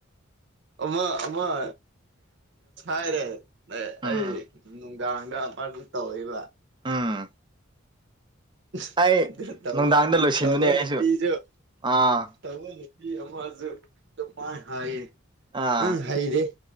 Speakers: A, on the right (about 60°); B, on the right (about 25°).
A: ꯑꯃ ꯑꯃ <unintelligible> ꯑꯦ
B: ꯎꯝ
A: ꯑꯩ ꯅꯨꯡꯗꯥꯡꯗ ꯑꯃꯁꯨ ꯇꯧꯕ
B: <unintelligible>
A: <unintelligible> <unintelligible>
B: ꯑꯩ ꯅꯨꯡꯗꯥꯡꯗ ꯂꯣꯏꯁꯤꯟꯕꯅꯦ ꯑꯩꯁꯨ ꯑꯥ ꯑꯥ
A: ꯅꯪ ꯍꯩꯗꯦ